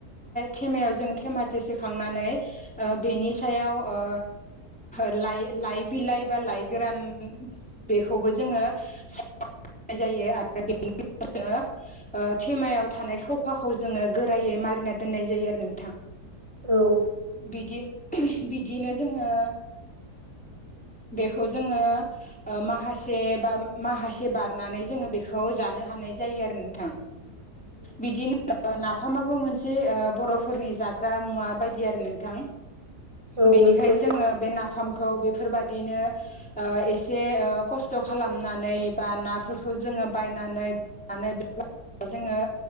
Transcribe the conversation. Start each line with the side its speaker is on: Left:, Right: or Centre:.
Centre: थेमायाव जों थेमासे सोखांनानै। बेनि सायाव ओ लाइ लाइ बिलाइ बा लाइ गोरान बेखौबो जोङो नाय जायो आरो बेनि थेमायाव थानाय खफाखौ जोङो गोरायै मारिना दोननाय जायो आरो नोंथां।
Right: औ औ
Centre: बिदि बिदिनो जोङो। बेखौ जोङो। माखासे बा माखासे बारनानै जोङो बेखौ जानो हानाय जायो आरो नोंथां।
Right: <inaudible>
Centre: बिदिनो नाफामाबो मोनसे बर'फोरनि जाग्रा मुवा बायदि आरो नोंथां।
Right: औ
Centre: बेनिखाय
Right: नोंथां
Centre: जोङो बे नाफामखौ बेफोरबायाददिनो एसे खस्थ' खालामनानै बा नाफोरखौ जोङो बायनानै बे जोङो